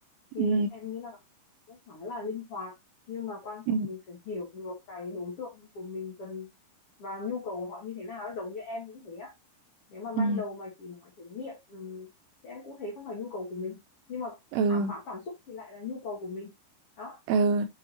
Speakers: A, on the left (about 65°); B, on the right (about 85°).
A: thì
B: ừ
A: em nghĩ là cũng khá là linh hoạt nhưng mà quan
B: ừ
A: trọng mình phải hiểu được cái đối tượng của mình cần và nhu cầu của họ như thế nào ấy. giống như em cũng thế á nếu mà ban
B: ừ
A: đầu mà chỉ nói đến miệng ừm, thì em cũng thấy không phải nhu cầu của mình nhưng mà
B: ừ
A: khám phá cảm xúc thì lại là nhu cầu của mình đó
B: ừ,